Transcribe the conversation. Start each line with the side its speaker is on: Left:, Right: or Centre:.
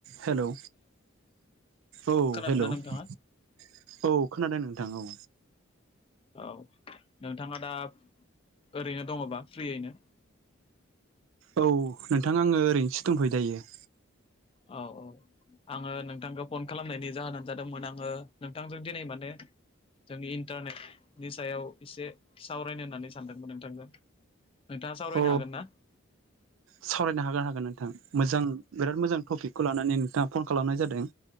Right: Hello औ
Left: खोनादोंना
Right: hello
Left: नोंथाङा
Right: <inaudible> औ खोनादों नोंथां औ
Left: औ नोंथाङा दा ओरैनो दङबा फ्रियैनो?
Right: औ नोंथाङा आङो ओरैनोसो दंथ'यो दायो।
Left: औ औ आङो नोंथांखौ फन खालामनायनि जाहोनानो जादोंमोन आङो नोंथांजों दिनै माने जोंनि इन्टारनेटनि सायाव एसे सावरायनो होननानै सानदोंमोन नोंथांजों। नोंथाङा सावरायनो
Right: अ
Left: हागोन ना?
Right: सावरायनो हागोन हागोन नोंथां मोजां बिराद मोजां टपिकखौ लानानै नोंथाङा फन खालामनाय जादों।